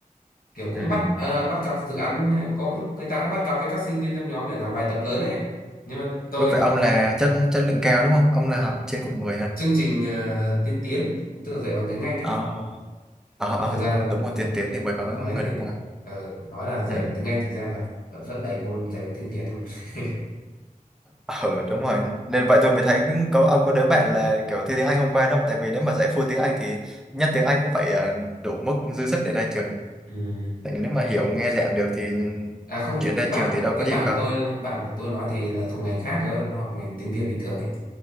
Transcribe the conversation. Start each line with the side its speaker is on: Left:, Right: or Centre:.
Left: kiểu cũng
Centre: ừ.
Left: bắt ờ, bắt cặp dự án cũng người ta cũng bắt cặp với các sinh viên trong nhóm để làm bài tập lớn này nhưng mà tôi
Centre: với vậy
Left: thì không,
Centre: ông
Left: không
Centre: là chất chất lượng cao đúng không? Ông là học trên quận 10 hả?
Left: chương trình ờ, tiên tiến tức là dạy bằng tiếng Anh ấy
Centre: Ờ, ờ,
Left: nói
Centre: ờ,
Left: thực ra
Centre: đúng rồi,
Left: ừm,
Centre: tiền tiến thì mới có
Left: nói
Centre: người nước ngoài.
Left: ờ, nói là dạy
Centre: Ừ.
Left: bằng tiếng Anh thực ra là vẫn vẫn đầy môn dạy bằng tiếng Việt mà <laughs>
Centre: Ờ, đúng rồi. Nên vậy tôi mới thấy có ông có đứa bạn là kiểu thi tiếng Anh hôm qua đúng không? Tại vì nếu mà dạy full tiếng Anh thì nhất tiếng Anh cũng phải ờ, đủ mức dư sức để ra trường.
Left: Ừm.
Centre: Tại nếu mà hiểu nghe giảng được thì
Left: à không
Centre: chuyện
Left: cái
Centre: ra
Left: bạn
Centre: trường thì đâu
Left: cái
Centre: có gì
Left: bạn
Centre: khó.
Left: tôi bạn của tôi nói thì là thuộc ngành khác cơ nó học ngành tiếng Việt bình thường ấy